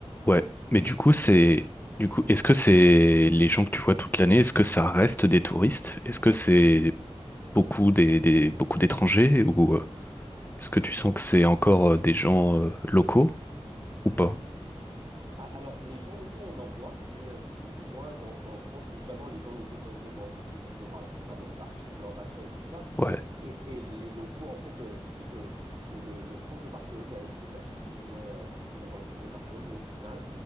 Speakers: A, on the left; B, on the right.
A: Ouais. Mais du coup, c'est, du coup, est-ce que c'est les gens que tu vois toute l'année, est-ce que ça reste des touristes? Est-ce que c'est beaucoup des, des- beaucoup d'étrangers ou euh, est-ce que tu sens que c'est encore euh, des gens euh, locaux ou pas?
B: Ah, Alors, les gens locaux, on en voit, mais euh, beaucoup moins dans, dans le centre, où vraiment les gens locaux, quand ils vont dans le centre, ils vont pour, euh, pour faire leurs achats, leurs achats et tout ça.
A: Ouais.
B: Et, et les locaux, en fait, euh, tu sais que, que le, le centre de Barcelone, il y avait beaucoup de personnes qui vivaient, euh, qui vivaient dans le centre de Barcelone. Et au final,